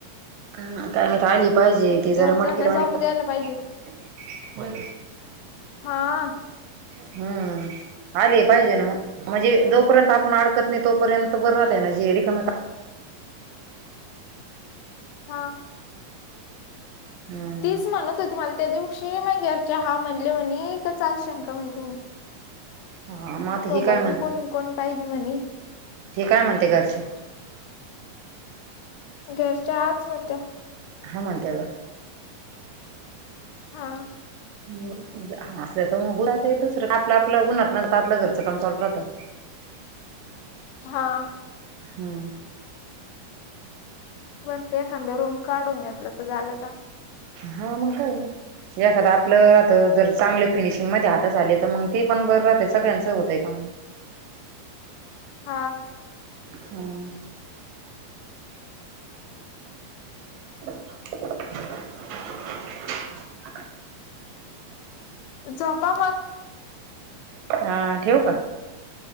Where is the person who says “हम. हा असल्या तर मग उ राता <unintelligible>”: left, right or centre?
Right